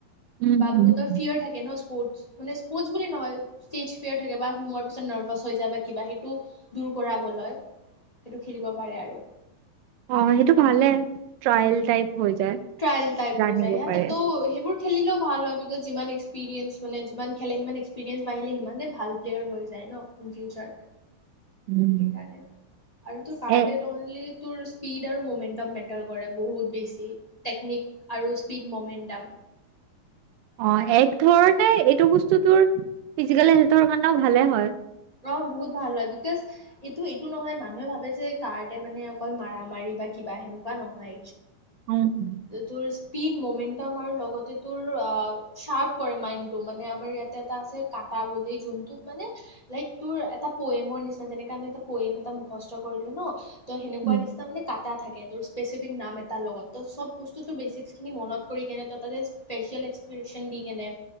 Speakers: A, on the right; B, on the left.
A: উম,
B: বা
A: উম,
B: বহুতৰ
A: উম।
B: ফিয়ৰ থাকে ন স্পৰ্ট মানে স্পৰ্টছ বুলি নহয় ষ্টেজ ফেয়াৰ থাকে বা সোমোৱাৰ পিছত নাৰ্ভাচ হৈ যায় বা কিবা সেইটো দূৰ কৰাবলৈ সেইটো খেলিব পাৰে আৰু
A: অ সেইটো ভালে ট্ৰায়েল টাইপ হৈ যায়।
B: ট্ৰায়েল টাইপ
A: জানিব
B: হৈ যায় স
A: পাৰে
B: তাতো সেইবোৰ খেলিলেও ভাল হয় বিকজ যিমান এক্সপিৰিয়েঞ্চ মানে যিমান খেলে সিমান এক্সপিৰিয়েন্ঞ্চ বাঢ়িলে সিমানে ভাল প্লেয়াৰ হৈ যায় ন ইন ফিউচাৰ
A: উম
B: সেইকাৰণে আৰু তোৰ কাৰ্ট
A: এ
B: অনলি তোৰ স্পীড আৰু মমেন্টম মেটাৰ কৰে বহুত বেছি টেকনিক আৰু স্পীড মমেণ্টাম
A: অ এক ধৰণে এইটো বস্তু তোৰ ফিজিকেল হেল্থৰ কাৰণেও ভালে হয়
B: অ বহুত ভাল হয় বিকজ এইটো এইটো নহয় মানুহে ভাবে যে কাৰতে মানে অকল মাৰা মাৰি বা কিবা সেনেকুৱা নহয়
A: উম উম
B: তোৰ স্পিড মোন্তাম আৰু লগতে তোৰ চাৰপ কৰে মাইণ্ডটো মানে আমাৰ ইয়াতে এটা আছে কাটা বুলি যোনটোত মানে লাইক তোৰ এটা পয়েমৰ নিচিনা যেনেকে আমি এটা পয়েম এটা মুখস্থ কৰিলো ন তো সেনেকোৱা
A: উম,
B: নিচিনা মানে কাটা থাকে তোৰ স্পেচিফিক নাম এটা লগত ত চব বস্তু তোৰ বেচিক খিনি মনত কিনে ত তাতে ফেচিয়েল এক্সপ্ৰেচন দি কেনে